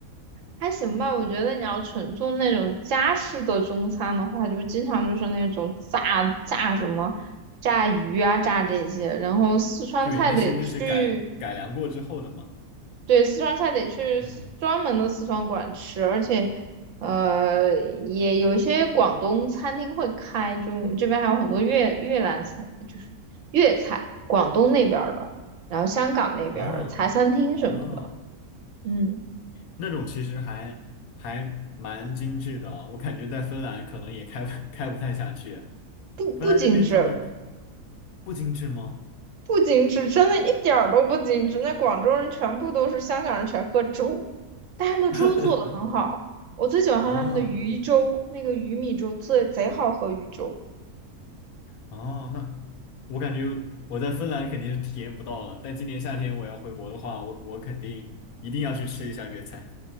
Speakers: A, on the right; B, on the left.
A: 还行吧。我觉得你要纯做那种家式的中餐的话，就经常就是那种炸炸什么。炸鱼啊，炸这些，然后四川菜得去
B: 对，那是那是改改良过之后的嘛。
A: 对，四川菜得去
B: 嗯，
A: s- 专门的四川馆吃，而且，呃，也有一些广东餐厅会开，就我们这边还有很多越越南菜，就是粤菜，广东那边儿的，然后香港那边儿的茶餐厅什么的，
B: 啊啊，
A: 嗯，
B: 那种其实还还蛮精致的啊，我感觉在芬兰可能也开不开不太下去。
A: 不不精致，
B: 芬兰这边他们不精致吗？
A: 不精致，真的一点儿都不精致。那广州人全部都是香港人，全喝粥，但他们的粥做的很好，
B: <laughs>
A: 我最喜欢喝他们的鱼粥，
B: 啊，
A: 那个鱼米粥最贼好喝，鱼粥。
B: 哦，那我感觉我在芬兰肯定是体验不到了，但今年夏天我要回国的话，我我肯定一定要去吃一下粤菜。